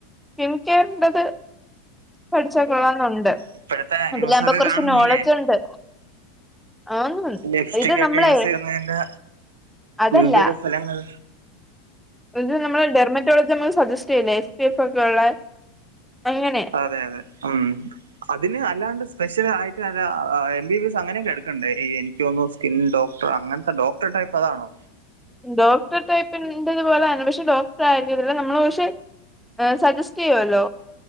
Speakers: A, in the centre; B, on the right (about 85°).
A: സ്കിം കെയറിന്റെ ത്. പഠിച്ച കൊള്ളന്നുണ്ട്
B: ഇപ്പോഴത്തെ
A: അതിലാവകുമ്പോ
B: ന്യൂസൊക്കെ
A: കുറച്ച്
B: കാണുന്നില്ലേ
A: നോളജ്ജുണ്ട്. ആന്ന്ഇത്
B: ലിപ്സ്റ്റിക്
A: നമ്മളെ
B: ഒക്കെ യൂസ് ചെയ്യുന്നതിന്റെ
A: അതല്ല
B: ഗുരുതര ഫലങ്ങൾ.
A: ഇ നമ്മള് ഡെർമറ്റോളജി നമ്മുക്ക് സജസ്റ്റ് ചെയ്ല്ല എസ് പി എഫ് ഒക്കെ ഉള്ള അങ്ങനെ.
B: അതെ അതെ ഉം അതിന് അല്ലാണ്ട് സ്പെഷ്യൽ ആയിട്ട്ല്ല എം ബി ബി എസ് അങ്ങനെയൊക്കെ എടുക്കണ്ടേ എനി <unintelligible> സ്കിൻ ഡോക്ടർ അങ്ങനത്തെ ഡോക്ടർടൈപ്പ് അതാണോ?
A: ഡോക്ടർ ടൈപ്പിന്റെത് പോലൊണ് പക്ഷെ ഡോക്ടർ ആയില്ല നമ്മള് പക്ഷെ. സജസ്റ്റ് ചെയ്യല്ലോ.